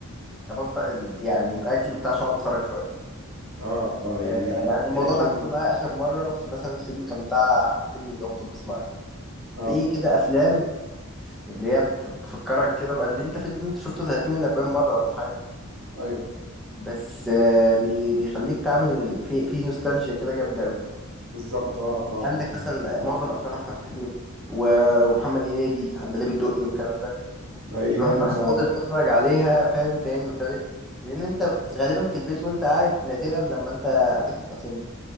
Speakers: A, in the centre; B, on the right.
A: ابطئ ال... يعني الاكل بتاع عشان أقعد اتفرج شويه
B: اه اه
A: آه،
B: يعني يعني
A: يعني
B: ايه
A: الموضوع
B: الافلام
A: ده حصل
B: دي بقى
A: معايا اخر مره في مثلا فيلم كان بتاع احمد حلمي اللي هو مطب صناعي
B: اه
A: في كده افلام اللي هي بت- بتفكرك كده بقى اللي انت فيلم انت شفته 30 ل 40 مره ولا حاجه
B: ايوه
A: بس آه، بي بيخليك تعمل في في نوستالجيا كده جامده قوي
B: بالظبط اه اه
A: عندك
B: ما هو
A: مثلا معظم افلام احمد حلمي و- ومحمد هنيدي عندليب الدقي والكلام ده
B: ايوه
A: الواحد بقى
B: فعلا
A: بيقعد يتفرج عليها فاهم تاني وتالت لان انت غالبا في البيت وانت قاعد نادرا لما انت هتفتح الافلام دي